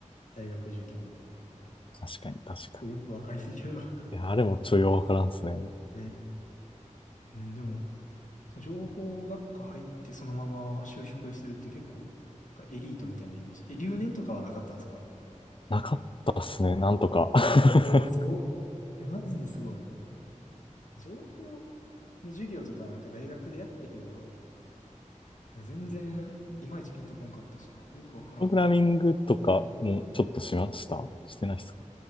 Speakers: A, on the left; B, on the left.
A: 大学受験で。
B: 確かに、確か
A: ちょっとよくわからないけど。
B: に。いや、あれもちょいわからんっすね。
A: <laughs> ね。うん、でも、その情報学科入ってそのまま就職するって結構、なんかエリートみたいなイメージ。え、留年とかはなかったんですか
B: なかったっすね、なんとか。<laughs>
A: おー、すごっ。え、マジですごい。情報の授業とか、なんか大学でやったけど、なんか全然、いまいちピンとこんかったしな。よくわからんかった。
B: プログラミングとかもちょっとしましたしてないですか